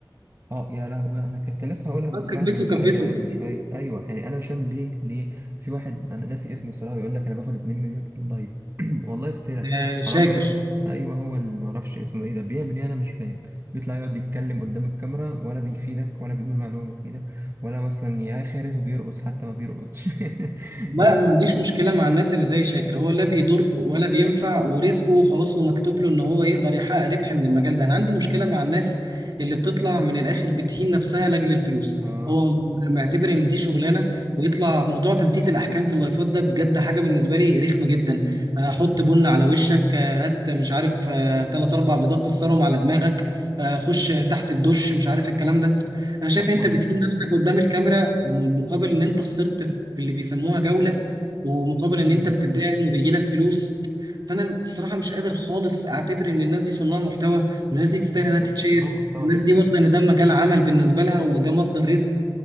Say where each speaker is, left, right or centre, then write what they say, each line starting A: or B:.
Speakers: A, on the right (about 30°); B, on the right (about 55°).
A: اه يا لهوي انا كنت لسه هقولها بس
B: آه، كبسوا
A: راحت من
B: كبسوا
A: دماغي وانا من شويه ايوه يعني انا مش فاهم ليه ليه في واحد انا ناسي اسمه الصراحه بيقول لك انا باخد 2 مليون في اللايف <clears throat> والله افترى
B: آه شاكر
A: حرام انا ايوه هو اللي ما اعرفش اسمه ايه ده بيعمل ايه انا مش فاهم بيطلع يقعد يتكلم قدام الكاميرا ولا بيفيدك ولا بيقول معلومه مفيده ولا مثلا يا خيرته بيرقص حتى ما بيرقصش <laughs>
B: والله
A: يعني
B: انا ما عنديش مشكله مع الناس اللي زي شاكر هو لا بيضر ولا بينفع ورزقه خلاص ومكتوب له ان هو يقدر يحقق ربح من المجال ده انا عندي مشكله مع الناس اللي بتطلع من الاخر بتهين نفسها لاجل الفلوس
A: اه
B: هو معتبر ان دي شغلانه ويطلع موضوع تنفيذ الاحكام في اللايفات ده بجد حاجه بالنسبه لي رخمه جدا آه، حط بن على وشك آه، هات مش عارف ثلاث اربع بيضات كسرهم على دماغك آه، خش تحت الدش مش عارف الكلام ده انا شايف
A: لا
B: انت
A: وال
B: بتهين نفسك قدام الكاميرا مقابل ان انت خسرت في اللي بيسموها جولة ومقابل ان
A: مم.
B: انت بتدعم وبيجي لك فلوس فانا الصراحة مش قادر خالص اعتبر ان الناس دي صناع محتوى والناس دي تستاهل
A: يعني
B: انها تتشير
A: صناع محتوى
B: الناس
A: ايه
B: دي
A: يا عم
B: واخدة ان ده مجال عمل بالنسبة لها وده مصدر رزق